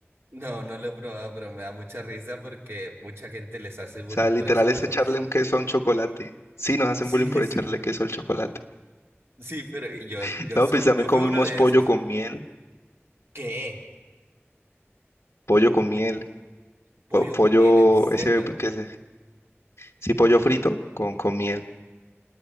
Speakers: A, on the right (about 55°); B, on the left (about 75°).
A: No, no lo he probado, pero me da mucha risa porque mucha gente les hace bullying
B: sea, literal
A: por eso,
B: es
A: pero
B: echarle un queso a un chocolate. Sí, nos
A: <laughs>
B: hacen
A: sí,
B: bullying por echarle
A: sí,
B: queso al chocolate.
A: sí, pero yo,
B: <laughs>
A: yo
B: No,
A: soy,
B: pues también
A: yo
B: comemos
A: fui uno de
B: pollo
A: esos.
B: con miel,
A: ¿Qué?
B: pollo con miel,
A: ¿Pollo
B: po- pollo,
A: con miel? ¿En serio?
B: ese, que es, sí, pollo frito con, con miel.